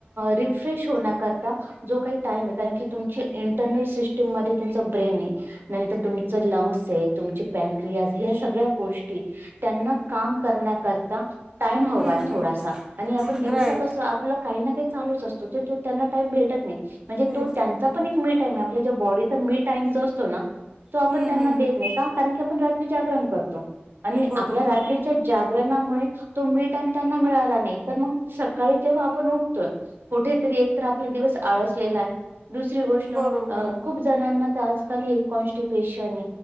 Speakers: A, on the right; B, on the right.
A: रिफ्रेश होण्याकरता जो काही टाईम आहे कारण की तुमची टर्नल सिस्टम मध्ये तुमच ब्रेन आहे नंतर तुमच लंग्स आहे तुमची पॅनक्रिया हे सगळ गोष्टी त्याना काम करण्याकरिता टाइम हवाय
B: हम्म हम्म
A: थोडासा आणि आपण दिवसा
B: राईट
A: कस आपलं काही ना काही चालूच असतो तो त्यांना टाईम भेटत नाही म्हणजे
B: भेटत
A: तो त्यांचा
B: नाही
A: पण एक टाइम आपल्या ज्या बॉडीचा मी टाईम जो असतो ना तो आपण
B: हम्म
A: त्यांना
B: हम्म
A: देत नाही का कारण की आपण रात्री जागरण करतो आणि
B: बरोबर
A: आपल्या रात्रीच्या जागरणामुळे तो मी टाईम मिळाला नाही तर मग सकाळी जेव्हा आपण उठतोय कुठेतरी एक तर आपला दिवस आळसलेला आहे. दुसरी गोष्ट
B: बरोबर
A: खूप जणांना तर आजकाल हे कॉन्स्टिप्येशन